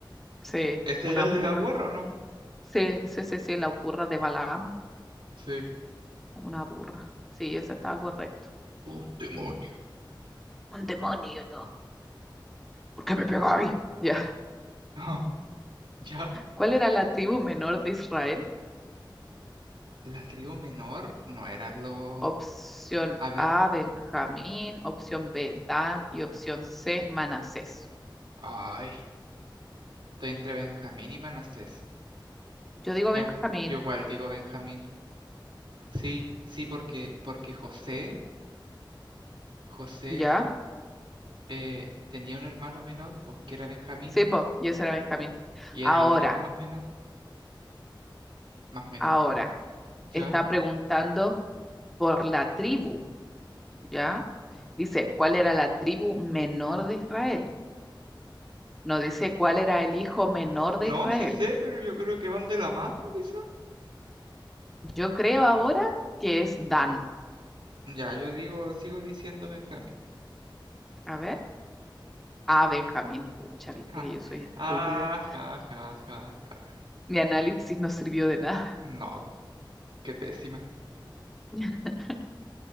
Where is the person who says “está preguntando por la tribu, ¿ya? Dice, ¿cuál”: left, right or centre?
Centre